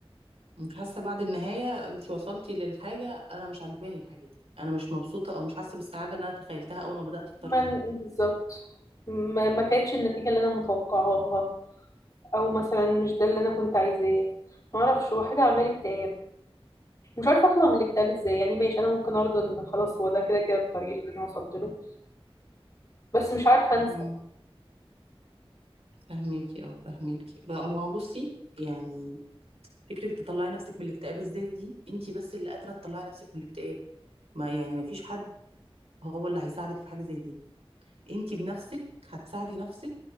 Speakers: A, on the right (about 85°); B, on the left (about 35°).
A: انت حاسه بعد النهايه انت وصلتي للحاجه انا مش عاجباني الحاجه دي انا مش مبسوطه او مش حاسه بالسعاده اللي انا تخيلتها اول ما بدات الطريق
B: ما ن- بالظبط ما ما كانتش النتيجه اللي انا متوقعاها او مثلا مش ده اللي انا كنت عايزاه ما اعرفش هو حاجه عامله لي اكتئاب مش عارفه اطلع من الاكتئاب ازاي يعني ماشي انا ممكن ارضى ان خلاص هو ده كده كده الطريق اللي انا وصلت له بس مش عارفه انسى
A: امم فهميكي اه فهميكي بقى ما هو بصي يعني فكره تطلعي نفسك من الاكتئاب ازاي دي انت بس اللي قادره تطلعي نفسك من الاكتئاب ما يعني ما فيش حد هو اللي هيساعدك في حاجه زي دي انت بنفسك هتساعدي نفسك